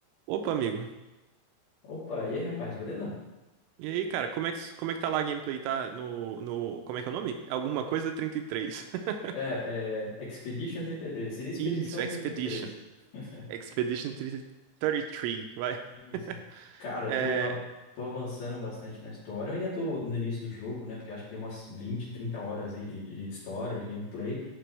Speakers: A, on the right (about 80°); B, on the left (about 55°).
A: Opa, amigo.
B: Opa, e aí, rapaz, beleza?
A: E aí, cara, como é que, como é que tá lá a gameplay? Tá no, no. Como é que é o nome? Alguma coisa 33? <laughs>
B: É, é Expedition 33. Seria Expedição
A: Isso, Expedition.
B: trinta e três? <laughs>
A: Expedition trinta trinta e três. vai.
B: Isso.
A: <laughs>
B: Cara, eu
A: É.
B: tô, a- tô avançando bastante na história. Eu ainda tô no início do jogo, né? Porque acho que tem umas 20, 30 horas aí de, de história, de gameplay.